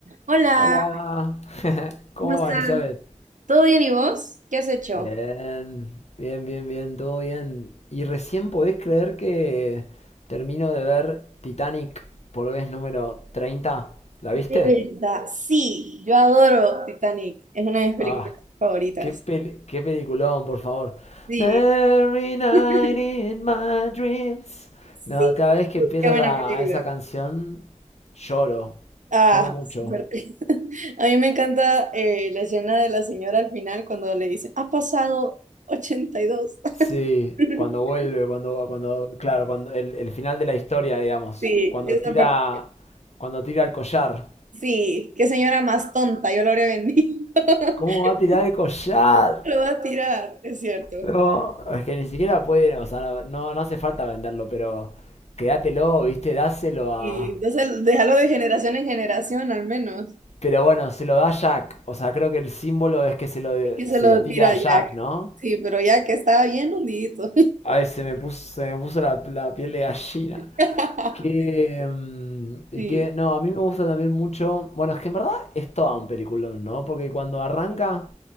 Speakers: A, on the right; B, on the left.
A: Hola,
B: Hola, <laughs> ¿cómo
A: ¿cómo estás?
B: va, Elizabeth?
A: ¿Todo bien y vos? ¿Qué has hecho?
B: Bien, bien, bien, bien, todo bien. Y recién podés creer que termino de ver Titanic por vez número 30. ¿La
A: De
B: viste?
A: verdad, sí, yo adoro Titanic, es una de mis películas
B: Ah,
A: favoritas.
B: qué pel- qué peliculón, por favor.
A: Sí,
B: Every night
A: <laughs>
B: in my dreams. No,
A: sí,
B: cada vez que empiezas
A: qué buena
B: a
A: película.
B: a esa canción, lloro,
A: Ah,
B: lloro mucho.
A: suerte. <laughs> A mí me encanta eh, la escena de la señora al final cuando le dicen, ha pasado 82.
B: Sí,
A: <laughs>
B: cuando vuelve, cuando, cuando, claro, cuando el, el final de la historia, digamos,
A: Sí,
B: cuando
A: esa
B: tira,
A: parte.
B: cuando tira el collar.
A: Sí, qué señora más tonta, yo lo habría vendido. <laughs>
B: ¿Cómo va a tirar el collar?
A: Lo va a tirar, es cierto.
B: No, es que ni siquiera puede, o sea, no, no hace falta venderlo, pero quédatelo, viste, dáselo a...
A: Y entonces, déjalo de generación en generación, al menos.
B: Pero bueno, se lo da Jack, o sea, creo que el símbolo es que se lo,
A: Es que se
B: se
A: lo
B: lo tira
A: tira
B: a
A: a
B: Jack,
A: Jack.
B: ¿no?
A: Sí, pero Jack estaba bien hundidito.
B: Ay, se me puso, se me puso la, la piel de gallina.
A: <laughs>
B: Que, mm, y
A: Sí.
B: que, no, a mí me gusta también mucho. Bueno, es que en verdad es todo un peliculón, ¿no? Porque cuando arranca,